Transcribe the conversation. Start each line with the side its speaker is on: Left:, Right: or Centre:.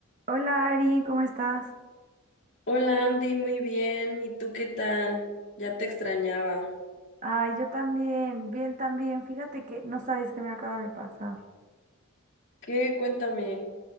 Right: Hola Ari, ¿cómo estás?
Left: Hola Andy, muy bien. ¿Y tú qué tal? Ya te extrañaba.
Right: Ay, yo también, bien también. Fíjate que no sabes qué me acaba de pasar.
Left: ¿Qué? Cuéntame.